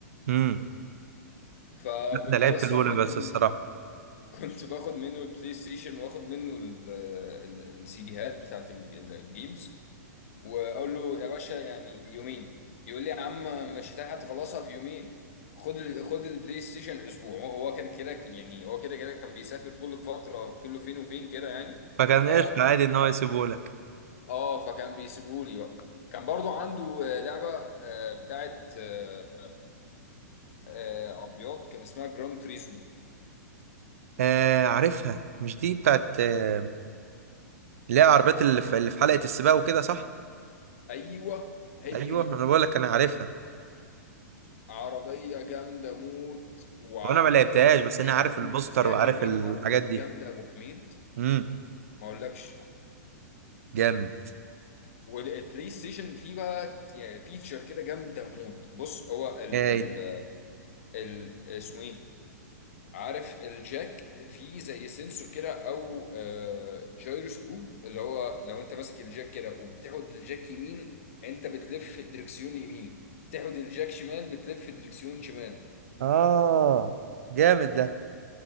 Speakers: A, on the right (about 60°); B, on the left (about 55°).
A: امم
B: فكنت
A: انا لعبت
B: بسرق
A: الاولى بس
B: منه ال...
A: الصراحه
B: <laughs> كنت باخد منه البلاي ستيشن واخد منه السي ديهات بتاعت الجيمز واقول له يا باشا يعني يومين يقول لي يا عم مش هتلحق تخلصها في يومين خد ال... خد البلاي ستيشن اسبوع هو هو كان كده يعني هو كده كده كان بيسافر كل فتره كله فين وفين كده يعني
A: فكان
B: ف
A: قشطه عادي ان هو يسيبه لك
B: اه فكان بيسيبهولي بقى كان برضو عنده آه، لعبه آه، بتاعت آه، آه، عربيات كان اسمها جران تريزمو
A: آه عارفها مش دي بتاعت آه اللي هي العربيات اللي في, اللي في حلقه السباق وكده صح
B: ايوه هي
A: ايوه
B: دي
A: انا بقول لك انا عارفها
B: عربيه جامده موت وع...
A: وانا
B: ولعبه
A: ما لعبتهاش بس انا
B: جامده
A: عارف
B: موت
A: البوستر
B: وفيها
A: وعارف
B: كميه
A: الحاجات
B: عربيات
A: دي
B: جامده يا ابو حميد
A: امم
B: ما اقولكش
A: جامد
B: والبلاي ستيشن فيه بقى يعني فيتشر كده جامده موت بص هو ال
A: ايه
B: ال ال اسمه ايه عارف الجاك فيه زي سنسور كده او آه، جايروسكوب اللي هو لو انت ماسك الجاك كده وبتاخد الجاك يمين انت بتلف الدركسيون يمين تاخد الجاك شمال بتلف الدركسيون شمال
A: اه جامد ده